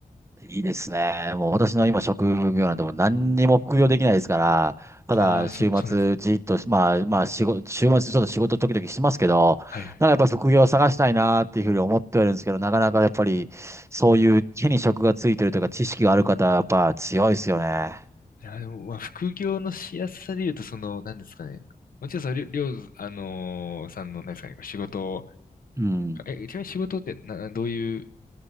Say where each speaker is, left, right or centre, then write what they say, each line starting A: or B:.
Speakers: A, on the right (about 20°); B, on the left (about 75°).
A: いいですね。もう私の今職業なんてもう何にも副業できないですから、ただ週末じっと、
B: ああ、そ、そうですね。
A: まあまあ仕事、週末ちょっと仕事時々しますけど、
B: はいはい。
A: なんかやっぱ副業を探したいなっていうふうに思ってはいるんですけど、なかなかやっぱりそういう手に職がついてるというか知識がある方はやっぱ強いですよね。
B: いや、でも、まあ、副業のしやすさで言うと、その、なんですかね、もちろんそれ、りょう、あのーさんの、何ですかね、仕事
A: うん。
B: え、ちなみに仕事ってな、どういう